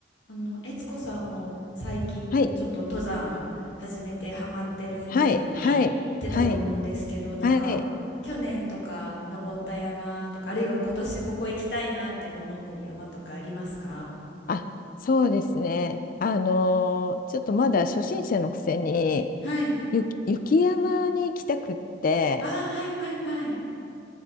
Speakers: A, on the left; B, on the left.
A: あの、悦子さんも最近ちょっと登山始めてハマってるっていう風に言ってたと思うんですけど、
B: はい、はい、はい、はい、
A: なんか去年とか登った山とか、
B: はい。
A: あるいは今年ここ行きたいなみたいな思ってる山とかありますか
B: あ、そうですね。あのーちょっとまだ初心者のくせに、
A: はい。
B: 雪、雪山に行きたくって、
A: あはいはいはい。